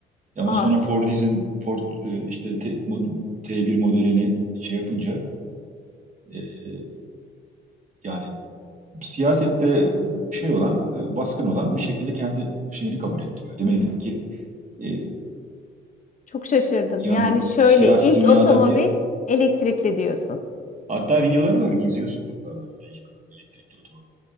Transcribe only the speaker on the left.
Ah
çok şaşırdım.
Yani şöyle
ilk
otomobil
elektrikli diyorsun.